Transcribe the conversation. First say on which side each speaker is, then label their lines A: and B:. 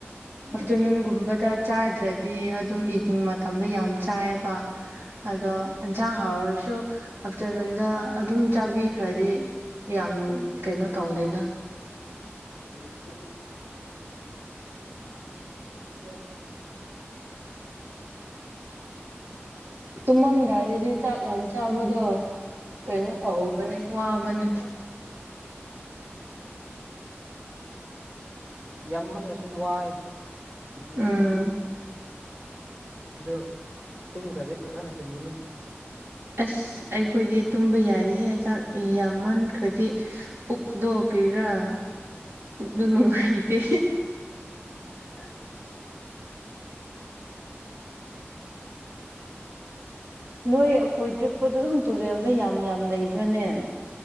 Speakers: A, on the right (about 60°); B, on the right (about 45°).
A: ꯑꯥꯐꯇꯔꯅꯨꯟꯒꯨꯝꯕꯗ ꯆꯥꯗ꯭ꯔꯗꯤ ꯑꯗꯨꯝ ꯏꯚꯅꯤꯡ ꯃꯇꯝꯗ ꯌꯥꯝ ꯆꯥꯏꯑꯕ ꯑꯗꯣ ꯌꯦꯟꯁꯥꯡ ꯍꯥꯎꯔꯁꯨ ꯑꯥꯐꯇꯔꯅꯨꯟꯗ ꯑꯗꯨꯝ ꯆꯥꯕꯤꯈ꯭ꯔꯗꯤ ꯌꯥꯝ ꯀꯩꯅꯣ ꯇꯧꯗꯦꯗ <unintelligible> ꯎꯝ ꯇꯨꯝꯃꯝꯗꯥꯏꯗꯗꯤ ꯆꯥꯛ ꯌꯥꯝ ꯆꯥꯕꯗꯣ ꯀꯩꯅꯣ ꯑꯅꯦ ꯋꯥꯋꯥꯕꯅꯦ
B: ꯌꯥꯝꯃꯟꯅꯁꯨ ꯋꯥꯏ
A: ꯎꯝ
B: ꯑꯗꯨ ꯇꯨꯝꯈ꯭ꯔꯗꯤ ꯐꯖꯅ ꯇꯨꯝꯕꯅꯤ
A: ꯑꯁ ꯑꯩꯈꯣꯏꯗꯤ ꯇꯨꯝꯕ ꯌꯥꯔꯦꯍꯦ ꯆꯥꯛ ꯌꯥꯝꯃꯟꯈ꯭ꯔꯗꯤ ꯄꯨꯛꯗꯣ ꯀꯩꯔꯥ ꯄꯨꯛꯗꯣ ꯅꯨꯡꯉꯥꯏꯇꯦ
B: <inaudible>
A: ꯅꯣꯏ ꯑꯩꯈꯣꯏ ꯇ꯭ꯔꯤꯛꯄꯗ ꯑꯗꯨꯝ ꯇꯨꯔꯦꯜꯗ ꯌꯥꯝ ꯌꯥꯝ ꯂꯩꯕ꯭ꯔꯅꯦ